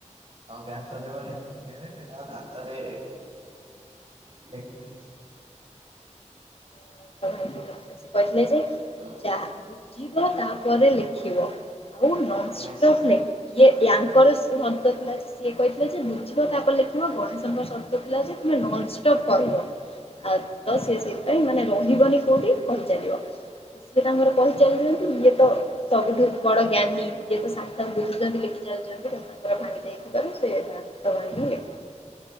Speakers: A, on the right (about 45°); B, on the left (about 50°).
A: ଆଉ ବ୍ୟାସ ଦେବ ଡାକିକି ନେଲେ ସେ ତାଙ୍କ ଦାନ୍ତରେ ଲେଖିଥିଲେ
B: <unintelligible> ଭାଇ ସେ କହିଥିଲେ ଯେ
A: ହୁଁ
B: ଯାହା ବୁଝିବ ତାପରେ ଲେଖିବ। ଆଉ ନନଷ୍ଟପ୍
A: ମାନେ ସେ
B: ନାଇଁ ୟେ ୟାଙ୍କର ସର୍ତ ଥିଲା ଯେ ସେ କହିଥିଲେ ଯେ ଖିବ ତାପରେ ଲେଖିବ। ଗଣେଶଙ୍କ ସର୍ତ ଥିଲା ଯେ ତମେ ନନଷ୍ଟପ କହିବ। ଆଉ ତ ସିଏ ସେଇଥିପାଇଁ ମାନେ ରହିବନି କେଉଁଠି କହିଚାଲିବ। ସିଏ ତାଙ୍କର କହିଚାଲିଛନ୍ତି ଇଏତ ସବୁଠାରୁ ବଡଜ୍ଞାନୀ ଇଏତ ସାଙ୍ଗେ ସାଙ୍ଗେ ବୁଝୁଛନ୍ତି ଲେଖି ଯାଉଛନ୍ତି ସେ ତାଙ୍କର ଭାଙ୍ଗି ଦେଇଥିବାରୁ ସେ ଦାନ୍ତ ଭାଙ୍ଗି ଲେଖିଲେ